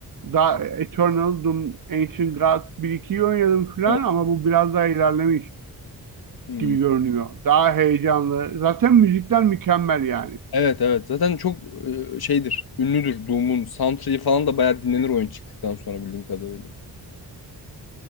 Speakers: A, on the right; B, on the left.
A: da Eternal, Doom, Ancient Gods 1-2'yi oynadım falan
B: Evet.
A: ama bu biraz daha ilerlemiş
B: Hmm.
A: gibi görünüyor. Daha heyecanlı. Zaten müzikler mükemmel yani.
B: Evet evet. Zaten çok e, şeydir. Ünlüdür Doom'un. Soundtrack'i falan da bayağı dinlenir oyun çıktıktan sonra bildiğim kadarıyla.